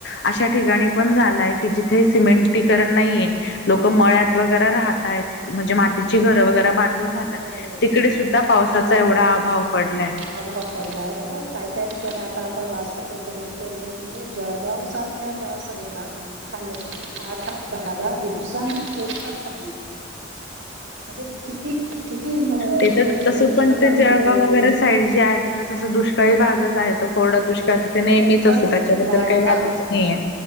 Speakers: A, on the left; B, on the right.
A: अशा ठिकाणी पण झालाय की जिथे सिमेंटीकरण नाहीये. लोक मळ्यात
B: हो
A: वगैरे राहतायेत म्हणजे मातीची
B: हो
A: घरं वगैरे बांधून राहताय
B: बरोबर
A: तिकडेचं सुद्धा पावसाचा एवढा अभाव पडलाय.
B: अभाव पडलाय हो काय काय ठिकाणी आता आपण वाचतो पेपरमध्ये किंवा न्यूजमध्ये जळगाव सार ख्या त्या साईडला <unintelligible> आठ आठ दहा दहा दिवसांनी एकदाच पाणी येतय. म्हणजे किती किती म म्हणजे
A: ते तर तसं
B: उष्णता
A: पण ते
B: वाढलीये.
A: जळगाव वगैरे साईड जे आहे ते तसं दुष्काळी भागच आहे तो कोरडा दुष्काळ तिथ नेहमीच
B: पण
A: असतो त्याच्याबद्दल
B: वाढला
A: काय वादच नाहीेये